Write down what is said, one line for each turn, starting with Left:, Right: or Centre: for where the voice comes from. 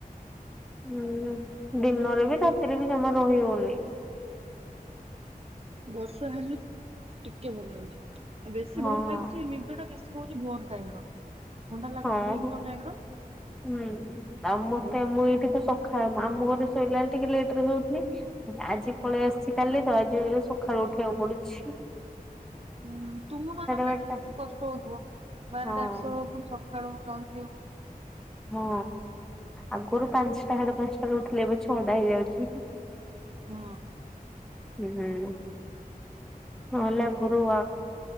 Centre: ଉଁ ହୁଁ ଦିନରେ ବି ରାତିରେ ବି ଜମା ରହି ହଉନି।
Right: ବର୍ଷା ହେଲେ ଟିକେ ଭଲ ଲାଗୁଚି ଆଉ ବେଶୀ
Centre: ହଁ
Right: ଭଲ ଲାଗୁଚି ନିଦ ଟା ବେଶୀ ଚି ଭୋର ଟାଇମ ର। ଥଣ୍ଡା ଲାଗୁଛି
Centre: ହଁ
Right: ଟିକେ
Centre: ହ
Right: ଭୋର ଟାଇମ ର
Centre: ହୁଁ ଆଉ ମତେ
Right: ସେଇଟା
Centre: ମୁଁ ଏଇଠି ତ ସ ଖା ମାମୁଁ ଘରେ ଶୋଇଲାଳେ ଟିକେ ଲେଟ ରେ ସୋଉଥିଲି ଆଜି ପଳେଇ ଆସିଚି କାଲି ତ ଆଜି ସକାଳୁ ଉଠିବାକୁ ପଡୁଚି।
Right: ହୁଁ ତୁମ ମାନଙ୍କ ପାଇଁ
Centre: ବାରଟା
Right: ଟିକ ବେଶୀ କଷ୍ଟ ହଉଥିବ ବାରଟାରେ
Centre: ହଁ।
Right: ସୋ ପୁଣି ସ କାଳୁ ଜଲ୍ଦି ଉଠ
Centre: ହଁ ଆଗରୁ ପାଞ୍ଚଟା ସାଡେ ପାଞ୍ଚଟା ଉଠୁଥିଲେ ଏବେ ଛଅଟା ହେଇଯାଉଚି।
Right: ହଁ।
Centre: ହୁଁ। ନଲା ଗୁରୁ